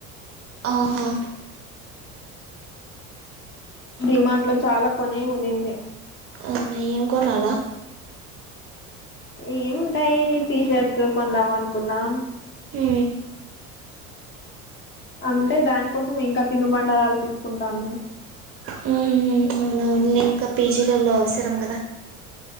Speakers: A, on the right; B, on the left.
A: ఆఓహా
B: ీమాార్ట్ లో చాలా కొనే ఉనింది
A: అనా ఏం కొనాలా
B: ఏముంటాయి టీ షర్ట్స్ కొందాం అనుకుందాం
A: ఏ
B: అంటే దానికోసం ఇంకా తినుబండారాలు తీసుకుంటాము
A: హ్మ్. అవునవునులే ఇంకా పీజీలలో అవసరం కదా